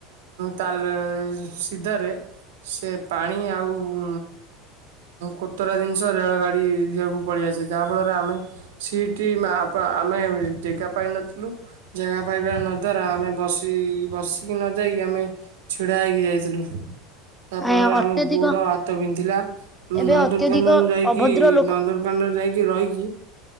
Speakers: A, on the right (about 85°); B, in the centre.
A: ତା ସିଧାରେ ସେ ପାଣି ଆଉ ଉ କୁତୁରା ଜିନିଷ ରେଳଗାଡି ଦିହକୁ ପଳିଆସେ ଯାହା ଫଳରେ ଆମେ ସିଟି ଆ ଆମେ ଜେଗା ପାଇନଥିଲୁ। ଜାଗା ପାଇବା ନ ଦ୍ଵାରା ଆମେ ବସି ବସିକି ନ ଯାଇ ଆମେ ଛିଡ଼ା ହେଇକି ଯାଇଥିଲୁ। ଯାହା ଫଳରେ
B: ଆଜ୍ଞା ଅତ୍ୟଧିକ
A: ଆମ ଗୋଡ ହାତ ବିନ୍ଧିଲା ଆମେ
B: ଏବେ
A: ନନ୍ଦନକାନନ
B: ଅତ୍ୟଧିକ
A: ଯାଇକି
B: ଅଭଦ୍ର ଲୋକ
A: ନନ୍ଦନକାନନ ଯାଇକି ରହିକି